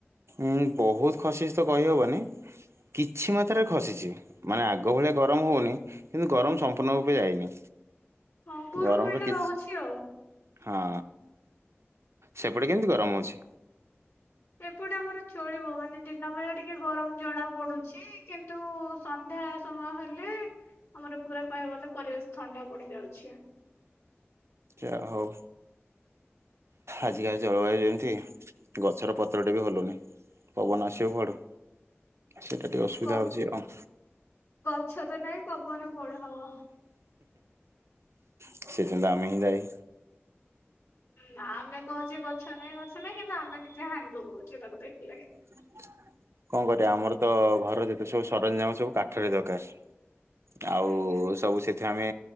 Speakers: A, on the right; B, on the left.
A: ଉଁ ବହୁତ ଖସି ତ କହିହବନି କିଛି ମାତ୍ରାରେ ଖସିଛି ମାନେ ଆଗ ଭଳିଆ ଗରମ ହଉନି କିନ୍ତୁ ଗରମ ସମ୍ପୂର୍ଣ୍ଣ ରୂପେ ଯାଇନି।
B: ହଁ ଗୁରୁମୂଳି
A: ଗରମ ର
B: ଟା
A: କିଛି
B: ରହୁଛି ଆଉ
A: ହଁ ସେପଟେ କେମିତି ଗରମ ଅଛି।
B: ଏପଟେ ଆମର ଚଳିବ ମାନେ ଦିନ ବେଳେ ଟିକେ ଗରମ ଜଣା ପଡୁଛି କିନ୍ତୁ ସନ୍ଧ୍ୟା ସମୟ ହେଲେ ଆମର ପୁରା କହିବାକୁ ଗଲେ ପରିବେଶ ଥଣ୍ଡା ପଡ଼ି ଯାଉଛି।
A: ଯାହା ହୋଉ ଆଜିକାଲି ଜଳବାୟୁ ଯେମିତି ଗଛର ପତ୍ରଟେ ବି ହଲୁନି। ପବନ ଆସିବ କୁଆଡୁ ସେଟା ଟିକେ ଅସୁବିଧା
B: ଗ
A: ହଉଚି ଆଉ।
B: ଗଛ ତ ନାହିଁ ପବନ କୁଆଡ଼େ ହବ।
A: <unintelligible> ଆମେ ହ୍ନି ଦାୟୀ।
B: ନା ଆମେ କହୁଛେ ଗଛ ନାଇଁ ଗଛ ନାଇଁ କିନ୍ତୁ ଆମେ ନିଜେ ହାଣି ପକଉଛେ ତାକୁ ଦେଖିଲେ।
A: <unintelligible> କଣ କରିବା ଆମର ତ ଘର ଯେତେ ସବୁ ସରଞ୍ଜାମ ସବୁ କାଠରେ ଦରକାର। ଆଉ
B: ଆଜ୍ଞା
A: ସବୁ ସେ ଏ ଆମେ